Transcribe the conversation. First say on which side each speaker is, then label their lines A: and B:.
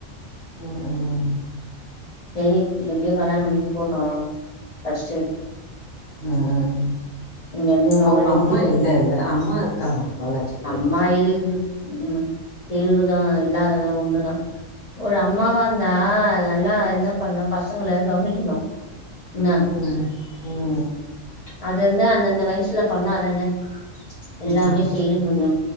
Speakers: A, on the left (about 65°); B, on the left (about 40°).
A: ம் ம்
B: செரி எப்படியோ கல்யாணோ பண்ணிட்டு போட்டு ஃபர்ஸ்ட்டு
A: உம் ம்
B: இங்கே இருந்தேண்ணா
A: அவங்க
B: ஒரே
A: அம்மா
B: உயிரு
A: இல்ல இல்ல அம்மா இருக்காங்க பாளாச்சிகு
B: அம்மா இருக்குது ம் இருகுது இல்லாதது ஒண்ணுதா ஒரு அம்மாவா இந்தா நல்லா என்ன பண்ணனு பசங்கள கவனிக்கணு என்ன
A: ம் ம்
B: அது அந்து அந்தந்த வயசுல பண்ணா தானே எல்லாமே
A: இதா. ம் அதா
B: செய்ர முடியு